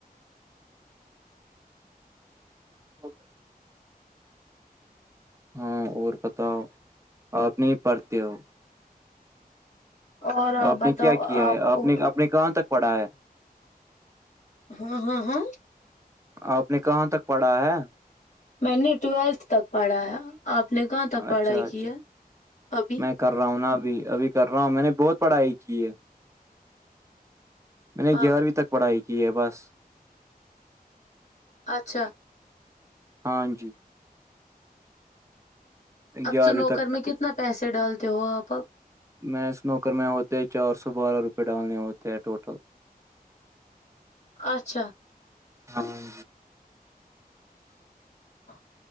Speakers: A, on the right (about 20°); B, on the left (about 50°).
A: اوک ہاں اور بتاؤ آپ نہیں پڑھتے ہو
B: اور
A: آپ
B: بتاؤ
A: نے کیا کیا
B: آپ
A: ہے
B: کو
A: نے آپ نے کہاں تک پڑھا ہے
B: ؀ہاں ہاں ہاں
A: آپ نے کہاں تک پڑھا ہے
B: میں نے ٹویلتھ تک پڑھایا آپ نے کہاں تک پڑھائی
A: اچھا اچھا
B: کیا ابھی
A: میں کر رہا ہوں نا ابھی ابھی کر رہا ہوں میں نے بہت پڑھائی کی ہے میں نے
B: ہاں
A: گیارہویں تک پڑھائی کی ہے بس
B: اچھا
A: ہاں جی
B: اب
A: گیارہویں
B: چ نوکر
A: تک
B: میں کتنا پیسے ڈالتے ہو آپ اب
A: میں اس نوکر میں ہوتے چار سو بارہ روپئے ڈالنے ہوتے ہیں ٹوٹل
B: اچھا
A: ہاں
B: ا